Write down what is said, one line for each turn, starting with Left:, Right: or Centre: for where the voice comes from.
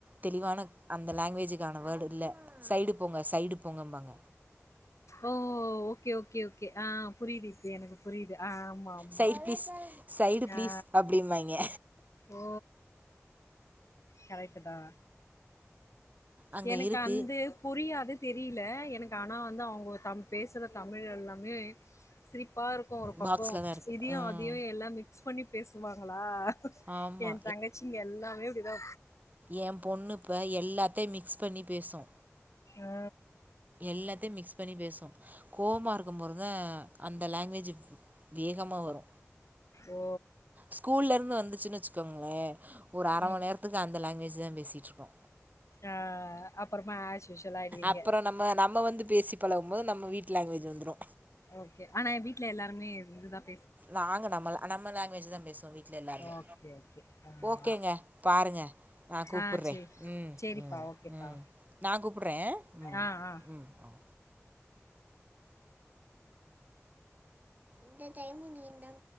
Right: தெளிவான அந்த லாங்குவேஜுக்கான வேர்டு இல்ல சைடு போங்க சைடு போங்கம்பாங்க
Left: ஓ ஓகே ஓகே ஓ கே ஆ புரிது இப்ப எனக்கு புரிது ஆ ஆமா ஆமா
Right: side please side please
Left: ah
Right: அப்டிம்பாய்ங்க
Left: ஓ கரெக்ட்டுதா
Right: அங்க
Left: எனக்கு
Right: இருக்கு
Left: அந்து புரியாது தெரி இல்ல எனக்கு ஆனா வந்து அவ்ங்க தம் பேசுற தமிழ் எல்லாமே சிரிப்பா இருக்கு ஒரு பக்கொ
Right: பாக்ஸ்ல தா இருக்கு
Left: இதியு
Right: ம்
Left: அதியு எல்லா மிக்ஸ் பண்ணி களா
Right: ஆமா
Left: ஏ தங்கச்சி இங்க எல்லாமே இப்டிதா
Right: ஏம் பொண்ணு இப்ப எல்லாத்தையு மிக்ஸ் பண்ணி பேசு
Left: ஆ.
Right: எல்லாத்தையு மிக்ஸ் பண்ணி பேசு கோவமா இருக்கம் போறதா அந்த லாங்குவேஜ் வேகமா வரு
Left: ஓ
Right: ஸ்கூல்ல இருந்து வந்துச்சுன்னு வச்சுக்கோங்களே ஒரு அர
Left: ம்
Right: மண் நேரத்துக்கு அந்த லாங்குவேஜ் தா பேசிட்ருக்கோ
Left: ஆ அப்பறமா ஆஷ்யூஷுலாய்டுவீங்க
Right: அப்புறோ நம்ம நம்ம வந்து பேசி பழகம்போது நம்ம வீ்ட்டு லாங்குவேஜ் வந்த்ரு
Left: ஓகே ஆனா வீட்ல எல்லாருமே இதுதா
Right: நாங்க நம்ம ல நம்ம லாங்குவேஜ் தா பேசுவோ வீட்ல எல்லாருமே
Left: ஓகே, ஓகே. ஆ.
Right: ஓகேங்க பா ருங்க நா கூப்புர்றே
Left: ஆ சரி.
Right: ம்
Left: சரிப்பா,
Right: ம்
Left: ஓகேப்பா.
Right: ம் நா கூப்புர்றே ம்
Left: ஆ, ஆ.
Right: ம் இந்த டைமு நீ தா